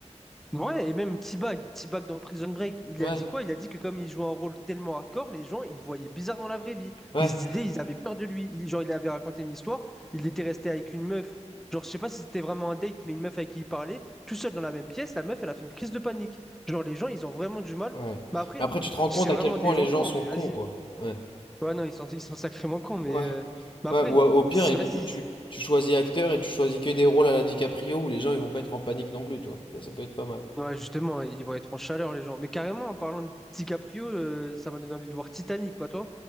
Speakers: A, in the centre; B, on the left.
A: Ouais, et même T-Bag, T-Bag dans Prison Break, il
B: Ouais,
A: a dit quoi? Il a dit que comme il jouait un rôle tellement hardcore, les gens, ils le voyaient bizarre dans la vraie vie.
B: ouais,
A: Ils se disaient, ils avaient peur de lui. Il- genre, il avait raconté une histoire, il était resté avec une meuf. Genre, je sais pas si c'était vraiment un date, mais une meuf avec qui il parlait, tout seul dans la même pièce, la meuf, elle a fait une crise de panique. Genre, les gens, ils ont vraiment du mal.
B: ouais.
A: Mais après,
B: Mais après tu te rends
A: c'est
B: compte à
A: vraiment
B: quel point
A: des
B: les
A: gens
B: gens
A: cons,
B: sont
A: mais
B: cons
A: vas-y.
B: quoi. Ouais,
A: Ouais, non, ils sont, ils sont sacrément cons, mais,
B: ouais,
A: euh, mais après,
B: ouais, ou au au pire,
A: c'est-
B: et
A: vas-y.
B: du coup tu,
A: c'est-
B: tu choisis acteur et tu choisis que des rôles à la DiCaprio où les gens ils vont pas être en panique non plus, tu vois. Ça, ça peut être pas mal.
A: Ouais, justement, ils vont être en chaleur, les gens. Mais carrément, en parlant de DiCaprio, euh, ça m'a donné envie de voir Titanic, pas toi?